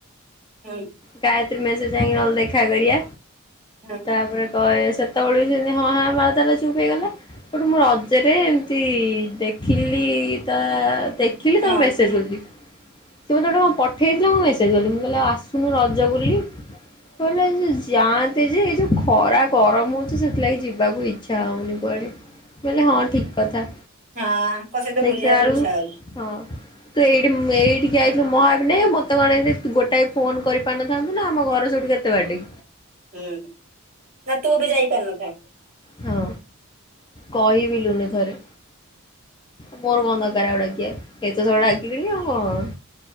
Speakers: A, on the right; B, on the left.
A: ହୁଁ।
B: ଗାୟତ୍ରୀ ମେସ ଯାଇକି ନହେଲେ ଦେଖା କରିଆ।
A: ହଁ
B: ତାପରେ। କହେ ସେତେବେଳେ ବି ସେମତି ହଁ ହଁ ମାଳ ତାଲା ଚୁପ୍ ହେଇଗଲା ଗଉଠୁ ମୁଁ ରଜରେ ଏମିତି ଦେଖିଲି ତା ଦେଖିଲି
A: ହଁ
B: ତାକୁ ମେସେଜ୍ କ। ସେ ମତେ ଗୋଟେ କଣ ପଠେଇଥିଲା ମ ମୁଁ ମେସଜ ଦେଲି ମୁଁ କହିଲି ଆ ମୁଁ ରଜ ବୁଲିବି କହିଲେ ଏ ଯେଉଁ ଯାଆନ୍ତି ଯେ ଏ ଯେଉଁ ଖରା ଗରମ ହେଉଛି ସେଥିଲାଗି ଯିବାକୁ ଇଚ୍ଛା ହେଉନି କୁଆଡ଼େ ବୋଇିଲେ ହଁ ଠିକ୍ କଥା।
A: ହଁ ତାଙ୍କ ସହିତ
B: ଦେଖିଲା
A: ବୁଲିବାକୁ
B: ବେଳକୁ
A: ଇଚ୍ଛା ହଉଛି।
B: ହଁ ତୁ ଏଇଠି ଏଇଠିକି ଯାଇଥିଲୁ ମଁ ଭାବିବିନି ମତେ କଣ ଗୋଟା। ଫୋନ କରିପାରିନଥାନ୍ତୁ ନା ଆମ ଘର ସେଇଠୁ କେତେ ବାଟ।
A: ହୁଁ ନା ତୁ ବି ଯାଇପାରନୁ ତା।
B: ହଁ କହିିବିଲୁନି ଥରେ ମୋର କଣ ଦରକାର ତାକୁ ଡାକିବା। ଏତ ଥର ଡାକିଲୁନି ଆଉ କଣ।